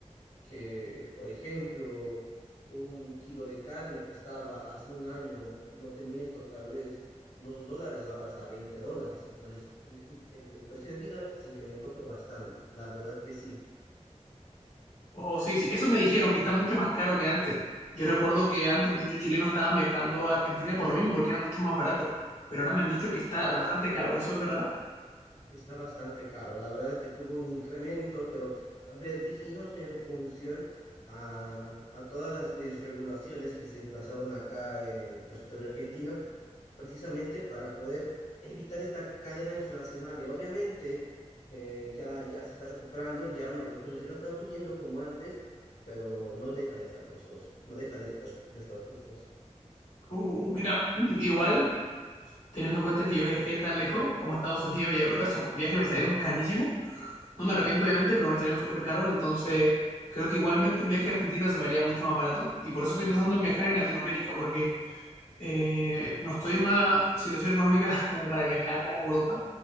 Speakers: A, on the left; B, on the left.
A: que, por ejemplo, un kilo de carne costaba hace un año, no te miento, tal vez dos dólares, ahora está 20 dólares. Entonces, eh, inc- el, el precio de vida se incrementó, pero bastante. La verdad que sí,
B: O sí, sí, eso me dijeron que está mucho más caro que antes. Yo recuerdo que antes muchos chilenos estaban viajando a Argentina por lo mismo, porque era mucho más barato, pero ahora me han dicho que está bastante caro, ¿eso es verdad?
A: está bastante caro. La verdad es que tuvo un incremento, pero vertiginoso en función a, a todas las desregulaciones que se emplazaron acá en territorio argentino precisamente para poder evitar esta cadena inflacionaria. Obviamente, eh, ya, ya se está recuperando, ya no, los precios ya no están subiendo como antes, pero no deja de estar costoso, no deja de estar, co- de estar costoso.
B: Uh, mira, <clears throat> igual. teniendo en cuenta que yo viajé tan lejos como a Estados Unidos y a Europa, esos viajes me salieron carísimos. No me arrepiento, obviamente, pero me salieron súper caros. Entonces, creo que igualmente un viaje a Argentina se me haría mucho más barato. Y por eso estoy pensando en viajar en Latinoamérica, porque eh, no estoy en una situación económica <laughs> como para viajar a Europa.